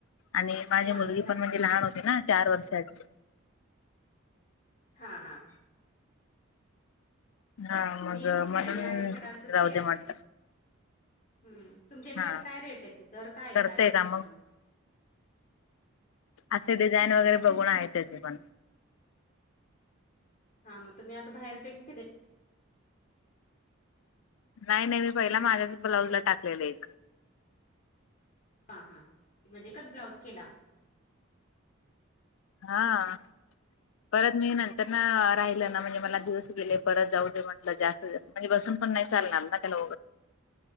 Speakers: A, on the left; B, on the left.
A: आणि माझी
B: मान
A: मुलगी पण म्हणजे लहान होती ना चार वर्षाची
B: हा हा
A: हा मग
B: मी मी
A: म्हणून
B: ना मी आच का असच
A: राहू
B: की आहे
A: दे म्हटलं
B: हम्म तुमच्या इकडे
A: हा
B: काय रेट आहेत दर काय आहेत
A: करतेय
B: आरवरटला
A: का
B: मग
A: असे डिझाईन वगैरे बघून आहे त्याचे पण
B: हां मग तुम्ही असं बाहेरचे गे
A: नाही नाही मी पहिला माझ्याच ब्लाऊज ला टाकलेलं एक
B: हां हां म्हणजे एकच ब्लाऊज केला
A: हा परत मी नंतर ना राहिलं ना म्हणजे मला दिवस गेले परत जाऊ दे म्हटलं जास् म्हणजे बसून पण नाही चालणार ना त्याला